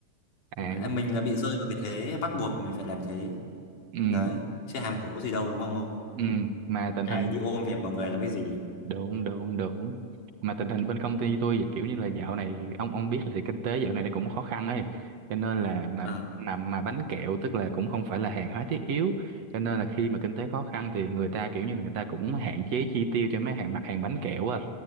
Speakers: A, on the right; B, on the left.
A: À
B: Mà Mình là bị rơi vào cái thế bắt buộc mình phải làm thế.
A: ừ,
B: Đấy, chứ ham hố gì đâu đúng không ông?
A: ừ, mà tình
B: Ai
A: hình
B: đi ôm việc vào người làm cái gì?
A: đúng đúng đúng mà tình hình bên công ty tôi kiểu như là dạo này ông ông biết là thì kinh tế dạo này nó cũng khó khăn ấy cho nên là mà
B: Ờ,
A: mà mà bánh kẹo tức là cũng không phải là hàng hóa thiết yếu cho nên là khi mà kinh tế khó khăn thì người ta kiểu như là người ta cũng hạn chế chi tiêu cho mấy hàng mặt hàng bánh kẹo á